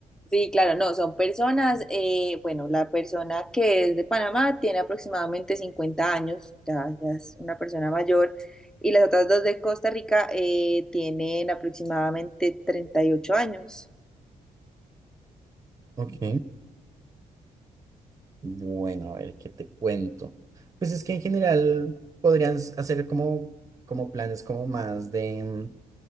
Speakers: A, in the centre; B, on the right.
A: Sí, claro, no, son personas, eh, bueno, la persona que es de Panamá tiene aproximadamente 50 años, ya, ya es una persona mayor, y las otras dos de Costa Rica eh, tienen aproximadamente 38 años.
B: Ok. Bueno, a ver, ¿qué te cuento? Pues es que en general podrían s- hacer como, como planes como más de, mm,